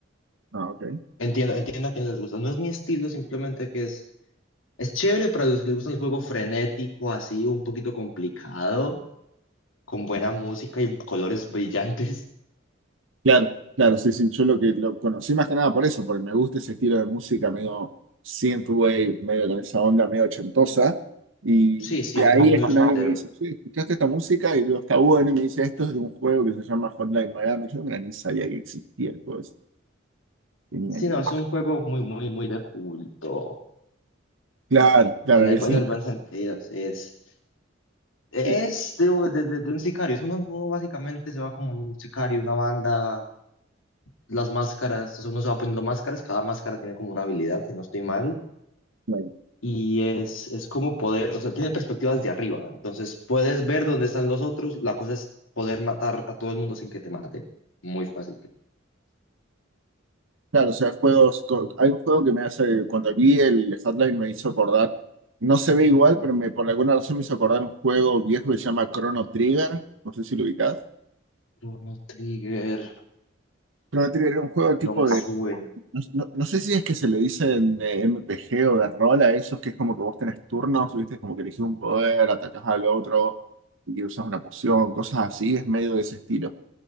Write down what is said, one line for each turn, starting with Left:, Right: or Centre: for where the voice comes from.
Right: Ah, ok.
Left: Entiendo, entiendo a quien les gusta. No es mi estilo, simplemente que es, es chévere para los que les gusta el juego frenético, así, un poquito complicado, con buena música y colores brillantes. <laughs>
Right: Claro, claro, sí, sí, yo lo que lo conocí más que nada por eso, porque me gusta ese estilo de música medio synthwave, medio con esa onda medio ochentosa, y
Left: Sí,
Right: de
Left: sí, es
Right: ahí
Left: muy, muy
Right: es que
Left: ochentero.
Right: un amigo me dice, che, ¿escuchaste esta música? Y yo, está bueno, y me dice, esto es de un juego que se llama Hotline Miami, yo mira, ni sabía que existía el juego ese, tenía
Left: Sí,
Right: ni
Left: no, es
Right: idea.
Left: un juego muy, muy, muy de culto.
Right: Claro, claro,
Left: En el,
Right: y sí,
Left: en el buen sentido, sí, es, es
Right: sí, bueno,
Left: de, de- de- de un sicario. Eso uno, uno básicamente se va como un sicario, una banda, las máscaras, o sea, uno se va poniendo máscaras, cada máscara tiene como una habilidad, si no estoy mal,
Right: claro,
Left: y es, es como poder, o sea, tiene perspectivas de arriba, entonces puedes ver dónde están los otros, la cosa es poder matar a todo el mundo sin que te mate. Muy fácil. creo.
Right: Claro, o sea, juegos, co- hay un juego que me hace, cuando vi el Hotline me hizo acordar, no se ve igual, pero me, por alguna razón me hizo acordar un juego viejo que se llama Chrono Trigger, no sé si lo ubicás.
Left: Chrono Trigger,
Right: Chrono Trigger era un juego tipo
Left: no me suena.
Right: de. No, no- no sé si es que se le dicen eh, M P G o de rol a esos, que es como que vos tenés turnos, viste, como que elegís un poder, atacás al otro y que usas una poción, cosas así, es medio de ese estilo.